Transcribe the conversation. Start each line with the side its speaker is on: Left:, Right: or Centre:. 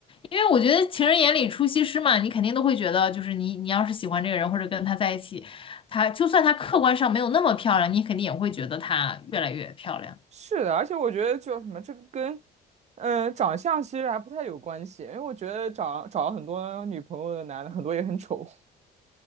Left: 因为我觉得情人眼里出西施嘛，你肯定都会觉得，就是你你要是喜欢这个人或者跟他在一起，他就算他客观上没有那么漂亮，你肯定也会觉得他越来越漂亮。
Right: 是的，而且我觉得就什么这个跟，嗯、呃长相其实还不太有关系，因为我觉得找找了很多女朋友的男的很多也很丑。